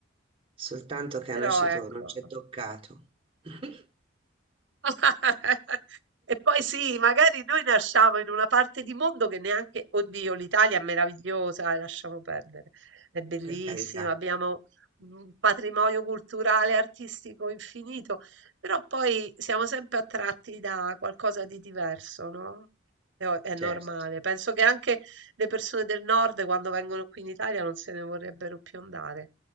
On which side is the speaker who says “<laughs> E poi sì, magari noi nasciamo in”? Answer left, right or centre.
Right